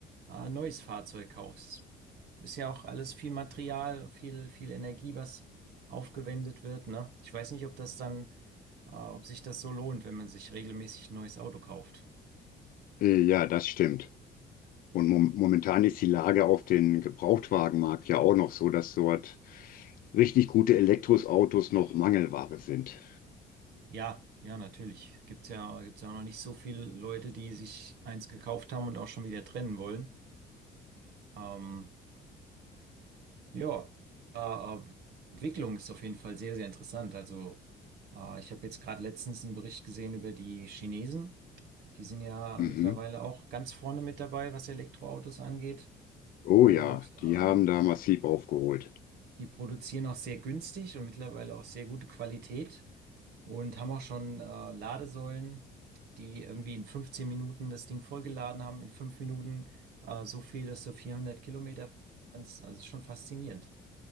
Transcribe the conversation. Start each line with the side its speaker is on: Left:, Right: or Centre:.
Right: äh, neues Fahrzeug kaufst. Ist ja auch alles viel Material, viel, viel Energie, was aufgewendet wird, ne? Ich weiß nicht, ob das dann, äh, ob sich das so lohnt, wenn man sich regelmäßig ein neues Auto kauft.
Left: Äh, ja, das stimmt. Und mom momentan ist die Lage auf den Gebrauchtwagenmarkt ja auch noch so, dass dort richtig gute Elektroautos noch Mangelware sind.
Right: Ja, ja, natürlich. Gibt's ja, gibt's ja auch noch nicht so viele Leute, die sich eins gekauft haben und auch schon wieder trennen wollen. Ähm, Ja, äh, äh, Entwicklung ist auf jeden Fall sehr, sehr interessant. Also, äh, ich habe jetzt gerade letztens einen Bericht gesehen über die Chinesen. Die sind ja
Left: Mhm.
Right: mittlerweile auch ganz vorne mit dabei, was Elektroautos angeht.
Left: Oh
Right: Und
Left: ja, die
Right: ähm,
Left: haben da massiv aufgeholt.
Right: die produzieren auch sehr günstig und mittlerweile auch sehr gute Qualität und haben auch schon äh, Ladesäulen, die irgendwie in 15 Minuten das Ding vollgeladen haben, in 5 Minuten äh, so viel, dass du 400 Kilometer kannst. Also schon faszinierend.